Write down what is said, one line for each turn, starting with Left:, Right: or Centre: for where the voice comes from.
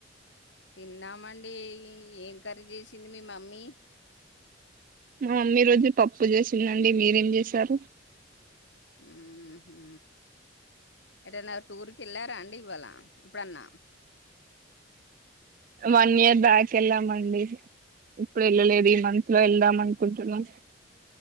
Left: తిన్నామండి ఎం కర్రీ చేసింది మీ మమ్మీ
Right: మా మమ్మీ ఈ రోజు పప్పు చేసిందండి మీరేం చేశారు
Left: ఉహు ఎటైనా టూర్కి వెళ్ళారా అండి ఇవాళ ఇప్పుడన్న
Right: వన్ ఇయర్ బ్యాక్ వెళ్ళామండి ఇప్పుడు వెళ్ళలేదు ఈ మంత్ లో వెళ్దాం అనుకుంటున్నాం